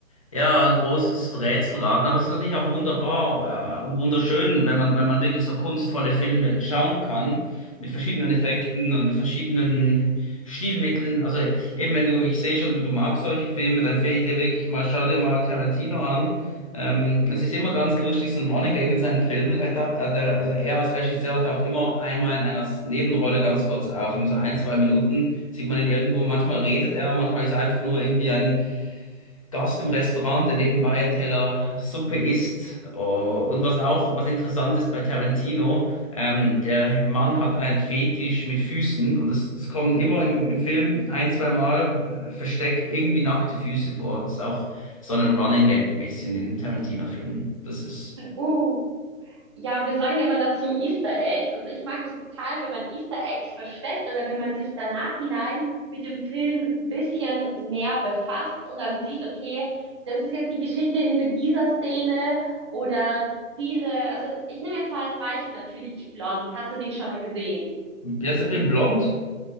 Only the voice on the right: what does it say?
Uh. Ja, wir sagen ja immer dazu Easter Eggs. Also ich mag das total, wenn man Easter Eggs versteckt oder wenn man sich danach hinein mit dem Film ein bisschen mehr befasst und dann sieht, okay, das ist jetzt die Geschichte hinter dieser Szene oder diese, also ich nehme jetzt mal als Beispiel natürlich Blond. Hast du den schon mal gesehen?